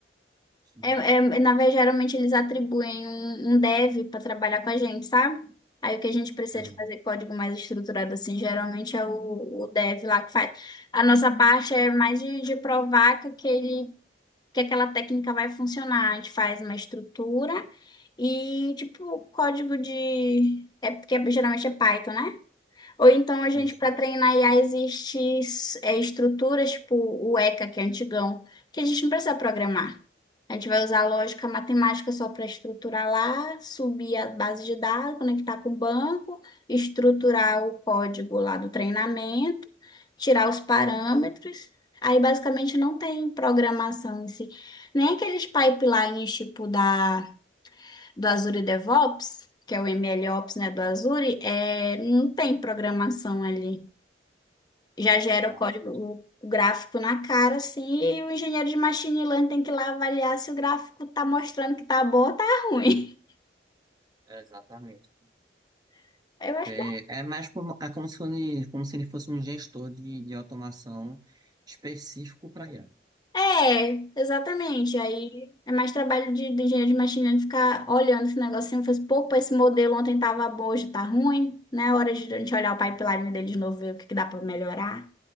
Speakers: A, on the right; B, on the left.
A: de-
B: É, é, na verdade, geralmente eles atribuem um, um dev para trabalhar com a gente, sabe? Aí o que a gente precisa
A: é,
B: de fazer código mais estruturado assim, geralmente é o, o dev lá que faz. A nossa parte é mais de, de provar que aquele, que aquela técnica vai funcionar. A gente faz uma estrutura e tipo código de é porque geralmente é Python, né? Ou então a gente,
A: isso,
B: para treinar IA, existe é, estruturas tipo o ECA, que é antigão, que a gente não precisa programar. A gente vai usar a lógica matemática só para estruturar lá, subir a base de dados, conectar com o banco, estruturar o código lá do treinamento, tirar os parâmetros. Aí basicamente não tem programação em si. Nem aqueles pipelines tipo da do Azure DevOps, que é o MLOps, né, do Azure, é, não tem programação ali. Já gera
A: exato,
B: o código, o gráfico na cara, assim, e o engenheiro de machine learning tem que ir lá avaliar se o gráfico tá mostrando que tá bom ou tá ruim.
A: exatamente.
B: <laughs> Eu
A: Porque
B: acho que
A: é mais como, é como se fosse, como se ele fosse um gestor de, de automação específico para IA
B: é, exatamente. Aí é mais trabalho de, do engenheiro de machine learning ficar olhando esse negocinho e falar assim, pô, pô, esse modelo ontem tava bom, hoje tá ruim, né? Hora de a gente olhar o pipeline dele de novo, ver o que que dá pra melhorar.